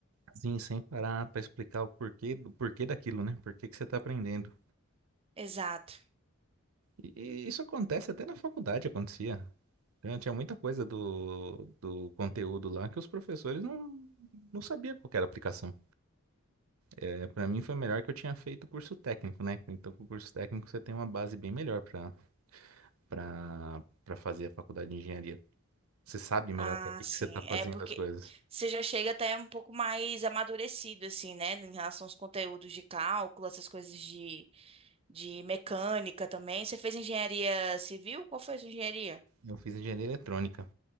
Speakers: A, on the right; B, on the right.
A: Sim, sem parar pra explicar o porquê, do porquê daquilo, né? Por que que você tá aprendendo.
B: Exato.
A: E e isso acontece até na faculdade, acontecia. Tinha tinha muita coisa do, do conteúdo lá que os professores não, não sabiam qual que era a aplicação. É, para mim foi melhor que eu tinha feito curso técnico, né? Então, com o curso técnico você tem uma base bem melhor para para para fazer a faculdade de engenharia. Você sabe melhor
B: Ah,
A: para que
B: sim.
A: que você está fazendo
B: É porque
A: as coisas.
B: você já chega até um pouco mais amadurecido, assim, né? Em relação aos conteúdos de cálculo, essas coisas de, de mecânica também. Você fez engenharia civil? Qual foi a sua engenharia?
A: Eu fiz engenharia eletrônica